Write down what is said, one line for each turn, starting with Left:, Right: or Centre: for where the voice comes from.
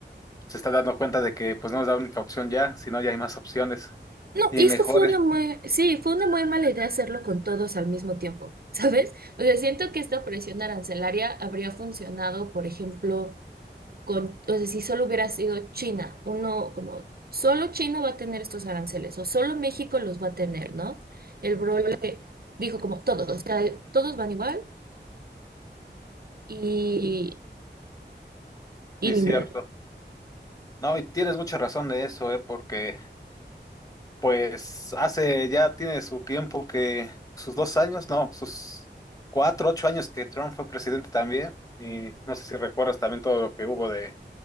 Left: se está dando cuenta de que pues no es la única opción ya, sino ya hay más opciones
Right: No,
Left: y
Right: y es
Left: mejores.
Right: que fue una muy, sí, fue una muy mala idea hacerlo con todos al mismo tiempo, <laughs> ¿sabes? O sea, siento que esta presión arancelaria habría funcionado, por ejemplo, con, o sea, si solo hubiera sido China, uno como solo China va a tener estos aranceles o solo México los va a tener, ¿no? El Brole dijo como todos, o sea, todos van igual y, y
Left: Sí,
Right: ni
Left: cierto.
Right: modo.
Left: No, y tienes mucha razón de eso, eh, porque Pues hace ya tiene su tiempo que sus dos años, no, sus cuatro, ocho años que Trump fue presidente también. Y no sé si recuerdas también todo lo que hubo de